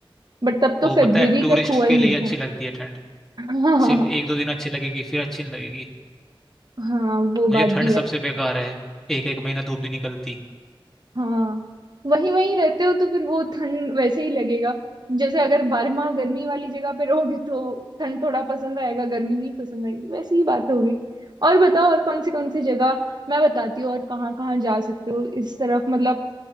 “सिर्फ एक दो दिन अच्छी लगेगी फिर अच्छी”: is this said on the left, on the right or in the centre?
Centre